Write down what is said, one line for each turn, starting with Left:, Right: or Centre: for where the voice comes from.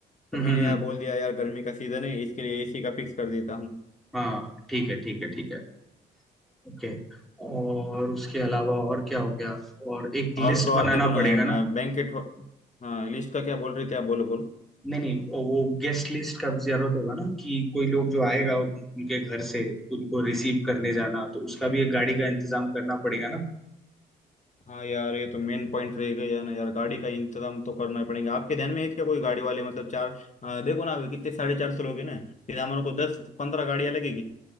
Left: पर मैंने
Centre: एसी
Left: यार बोल दिया यार गर्मी का सीजन है इसके लिए एसी का फिक्स कर देता हूँ
Centre: हाँ ठीक है ठीक है ठीक है ओके और उसके अलावा और क्या हो गया और एक लिस्ट
Left: और तो
Centre: बनाना
Left: और देखो ना
Centre: पड़ेगा ना
Left: बैंकेट हाँ लिस्ट का क्या बोल रहे थे आप बोलो बोलो
Centre: नहीं नहीं वो गेस्ट लिस्ट का भी जरूरत होगा ना कि कोई लोग जो आएगा उनके घर से उनको रिसीव करने जाना तो उसका भी एक गाड़ी का इंतजाम करना पड़ेगा ना
Left: हाँ यार ये तो मेन पॉइंट रह गया ना यार गाड़ी का इंतजाम तो करना ही पड़ेगा आपके ध्यान में है क्या कोई गाड़ी वाले मतलब चार आ, देखो ना अभी कितने साढ़े चार सौ लोग हैं ना फिर हमारे को दस पंद्रह गाड़ियाँ लगेगी